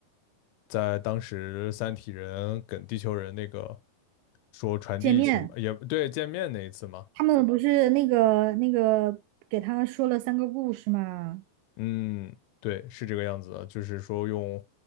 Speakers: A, on the left (about 85°); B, on the right (about 85°).
A: 在当时三体人跟地球人那个说传递情也对见面那一次吗？
B: 见面他们不是那个那个给他说了三个故事嘛？
A: 嗯，对，是这个样子的，就是说用